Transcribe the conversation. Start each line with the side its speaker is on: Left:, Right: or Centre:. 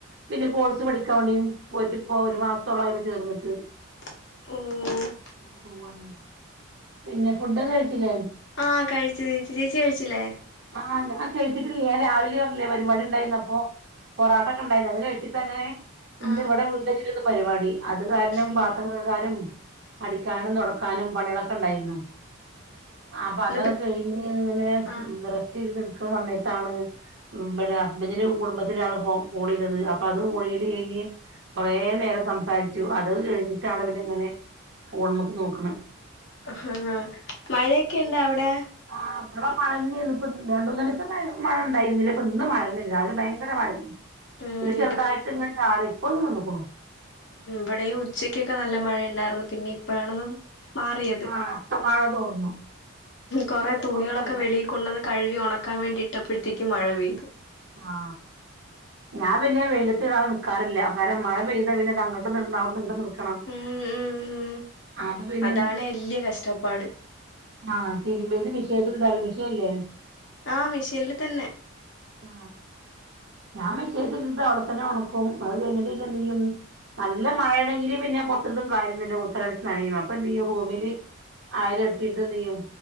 Right: പിന്നെ കോഴ്സ് പഠിക്കാൻ വേണ്ടി പോയിട്ട് ഒരു മാസത്തോളം ആ ചേർന്നിട്ട്
Left: മ്
Right: ആ പോവാണ് പിന്നെ ഫുഡൊക്കെ കഴിച്ചിലെ
Left: ആ കഴിച്ച് ചേച്ചി ചേച്ചി കഴിച്ചിലേ
Right: ആ ഞാൻ കഴിച്ചിട്ടില്ല ഞാൻ രാവിലെ പറഞ്ഞില്ലേ പരിപാടി ഉണ്ടായപ്പോ പൊറട്ടൊക്കെ ണ്ടേനി അത് കഴിച്ചിട്ട അങ്ങനെ ഇന്ന്
Left: ആ
Right: ഇവ്ടെ വീട്ടില് വെച്ചിട്ട പരിപാടി അത് കാരണം
Left: ഉം
Right: പാത്രം കഴിക്കാനും അടിക്കാനും തൊടക്കാനും പണികളൊക്കെ ണ്ടായിര്ന്നു. അപ്പൊ അതൊക്കെ
Left: എന്നിട്ട്
Right: കഴിഞ്ഞ് ങ്ങനെ.
Left: ആ
Right: <unintelligible> ടുക്കുന്നസമയതാണ്. മ്പടെ ഇമ്മച്ചിന്റെ കുടുംബത്തിലാപ്പോ കോൾ ചെയ്തത്, അപ്പം അതും കേളയൽ കഴിഞ്ഞ്. കുറെ നേരം സംസാരിച്ചു അത് കഴിഞ്ഞിട്ടാണ് ങ്ങനെ ഫോൺമക്ക് നോക്ക്ണെ.
Left: ആ മഴയൊക്കെ ഇണ്ടാ അവിടെ
Right: ആ വ്ടെ മഴ എന്നെ ഏനി പ്പം രണ്ട് മൂന്നാലീസം ന്ന മഴ ണ്ടായിര്ന്നില്ല ഇപ്പൊ ഇന്ന് മഴ ഭയങ്കര മഴയായിരുന്നു.
Left: ഉം
Right: ഇത് ചെറുതായിട്ട് ങ്ങനെ ചാറി ഇപ്പൊ നിന്ന്ക്ക്ണു.
Left: വ്ടെയും ഉച്ചക്കൊക്കെ നല്ല മഴയ ണ്ടായിര്ന്നു പിന്നെ ഇപ്പഴാണ്. മാറിയത്
Right: ആ ഇപ്പൊ മഴ തോർന്നു
Left: കൊറെ തുണികളൊക്കെ
Right: കൊഴപ്പല്ല
Left: വെളി കൊണ്ടന്ന് കഴു ഉണക്കാൻ വേണ്ടി ഇട്ടപ്പോഴത്തേക്ക് മഴ പെയ്തു.
Right: ആ ഞാൻ പിന്നെ വെയ്ലത്തിടാൻ നിക്കാറില്ല കാരണം മഴ പെയ്താ പിന്നെ അങ്ങട്ട് ഒന്ന് ഇടണം അവ്ട്ന്ന് ങ്ങ ക്കണം
Left: ഉം ഉം ഉം
Right: ആപ്പ പിന്നെ
Left: അതാണ് വല്യ കഷ്ടപ്പാട്
Right: ആ തിരുമ്പ്യത് മിഷീൻല് <unintelligible> മിശേൻ ല്ലെ
Left: ആ മെഷീനില് തന്നെ.
Right: ആ ഞാൻ മിഷി ഇട്ടിട്ട് അവിടെത്തന്നെ ഉണക്കും അത് കഴിഞ്ഞിട്ടെ എന്തെ നല്ല മഴയാണെങ്കില് പിന്നെ പൊറത്തിട്ടും കാര്യന്നല്ല ഉത്തരടിച്ച് നനയും, അപ്പൊ ന്തെയ്യും റൂമില് അയില എട്ടിട്ട് ന്തയും